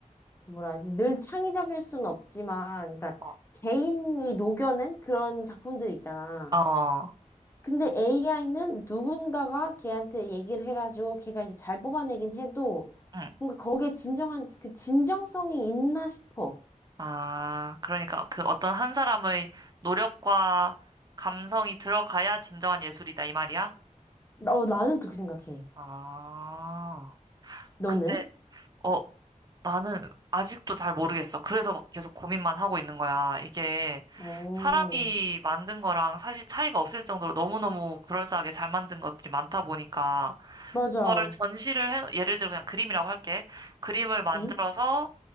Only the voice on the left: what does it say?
그 뭐라 하지, 늘 창의적일 순 없지만, 그러니까
개인이 녹여낸 그런 작품들 있잖아.
근데 AI는 누군가가 걔한테 얘기를 해가지고, 걔가 이제 잘 뽑아내긴 해도,
뭔가 거기에 진정한, 그 진정성이 있나 싶어.
어, 나는 그렇게 생각해.
너는?
어,
맞아.
응?